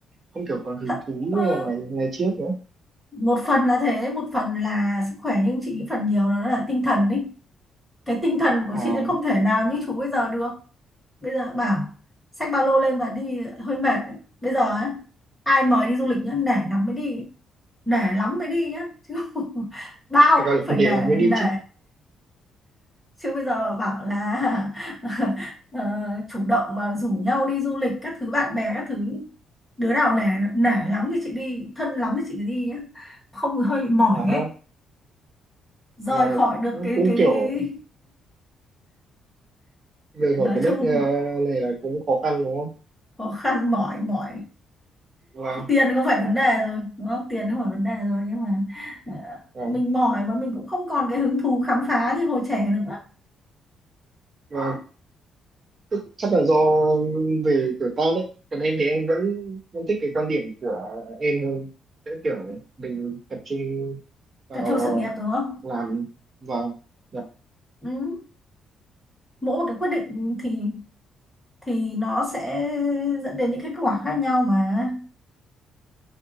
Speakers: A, on the right; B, in the centre.
A: không kiểu còn hứng
B: thật,
A: thú như
B: ờ,
A: là ngày ngày trước nữa
B: một phần là thế một phần là sức khỏe nhưng chị nghĩ phần nhiều nó là tinh thần ý cái tinh thần của
A: à
B: chị sẽ không thể nào như chú bây giờ được bây giờ bảo xách ba lô lên và đi hơi mệt đấy. bây giờ ấy, ai mời đi du lịch nhá nể lắm mới đi nể lắm mới đi nhá chứ <laughs> bao
A: thì gọi
B: cũng
A: là
B: phải
A: <laughs> để
B: nể
A: là mới đi
B: nể
A: chứ
B: chứ bây giờ bảo là <laughs> ờ, chủ động mà rủ nhau đi du lịch các thứ bạn bè các thứ đứa nào nể nể lắm thì chị đi thân lắm thì chị mới đi nhé không thì hơi bị mỏi
A: à ha
B: ấy rời
A: và
B: khỏi được
A: cũng,
B: cái
A: cũng
B: cái,
A: kiểu
B: cái...
A: về
B: <laughs>
A: ở
B: nói
A: cái đất
B: chung
A: ờ, này là cũng khó khăn đúng không
B: khó khăn mỏi mỏi
A: và
B: tiền không phải vấn đề rồi đúng không tiền không phải vấn đề rồi nhưng mà ờ,
A: và,
B: mình mỏi mà mình cũng không còn cái hứng thú khám phá như hồi trẻ nữa
A: và tức, chắc là do về tuổi tác đấy còn em thì em vẫn vẫn thích cái quan điểm của em hơn sẽ kiểu mình tập trung vào
B: tập trung sự nghiệp đúng không
A: làm vào Dạ,
B: ừ. mỗi một cái quyết định thì thì nó sẽ dẫn đến những cái kết quả khác nhau mà